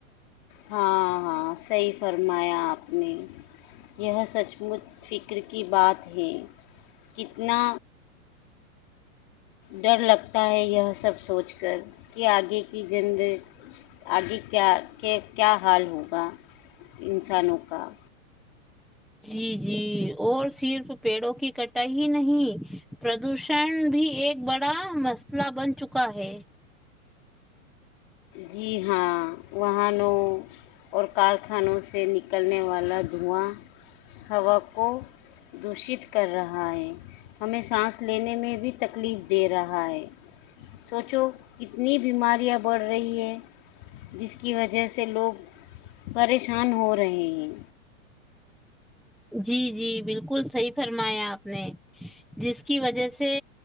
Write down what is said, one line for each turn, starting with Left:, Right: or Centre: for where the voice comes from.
Left: ہاں ہاں صحیح فرمایا آپ نے یہ سچ مچ فکر کی بات ہے کتنا ڈر لگتا ہے یہ سب سوچ کر کہ آگے کی جنری آگے کیا کے کیا حال ہوگا انسانوں کا
Centre: جی جی اور صرف پیڑوں کی کٹائی ہی نہیں پردوشن بھی ایک بڑا مسئلہ بن چکا ہے
Left: جی ہاں وہنوں اور کارخانوں سے نکلنے والا وہاں ہووا کو دوشت کر رہا ہے ہمیں سانس لینے میں بھی تکلیف دے رہا ہے سوچو کتنی بیماریاں بڑھ رہی ہے جس کی وجہ سے لوگ پریشان ہو رہے ہیں
Centre: جی جی بالکل صحیح فرمایا آپ نے جس کی وجہ سے